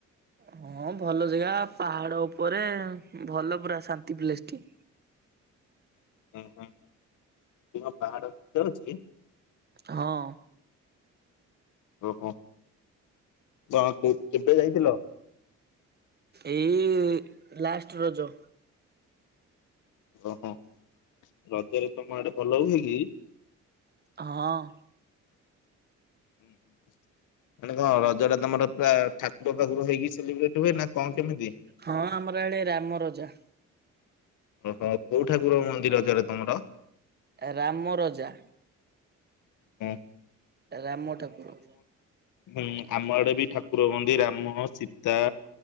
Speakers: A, on the right (about 35°); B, on the left (about 85°).
A: ହଁ ଭଲ ଜାଗା ପାହାଡ ଉପରେ ଭଲ ପୁରା ଶାନ୍ତି ପ୍ଲେସ୍ ଟି।
B: ହୁଁ ହୁଁ ଇଏ କଣ ପାହାଡ ଉପରେ ଅଛି କି?
A: ହଁ।
B: ଓହୋ କଣ କ କେବେ ଯାଇଥିଲ?
A: ଏଇ ଲାଷ୍ଟ ରଜ।
B: ଓହୋ ରଜରେ ତମ ଆଡେ ଭଲ ହୁଏ କି?
A: ହଁ।
B: ହୁଁ ହୁଁ ମାନେ କଣ ରଜ ଟା ତମର ପୁରା ଠାକୁର ପାଖରୁ ହେଇକି ସେଲିବ୍ରେଟ୍ ହୁଏ ନା କଣ କେମିତି?
A: ହଁ ଆମର ଇଆଡେ ରାମ ରଜା।
B: ଓହୋ କୋଉ ଠାକୁର ମନ୍ଦିର ରଜରେ ତମର?
A: ରାମ ରଜା।
B: ହଁ।
A: ରାମ ଠାକୁର।
B: ହୁଁ ଆମ ଆଡେ ବି ଠାକୁର ହୁଅନ୍ତି ରାମ ସୀତା।